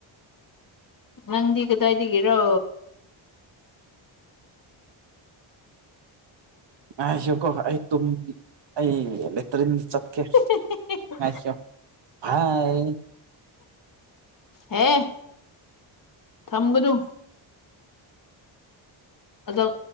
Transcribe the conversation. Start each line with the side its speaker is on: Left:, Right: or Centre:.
Left: ꯅꯪꯗꯤ ꯀꯗꯥꯏꯗꯒꯤꯔꯣ
Right: ꯉꯥꯏꯁꯨꯀꯣ ꯑꯩ ꯇꯨꯡ ꯑꯩ ꯂꯦꯇ꯭ꯔꯤ ꯆꯠꯀꯦ
Left: <unintelligible>
Right: <unintelligible> ꯐꯥꯏ
Left: ꯍꯦ ꯊꯝꯒꯅꯨ ꯑꯗꯣ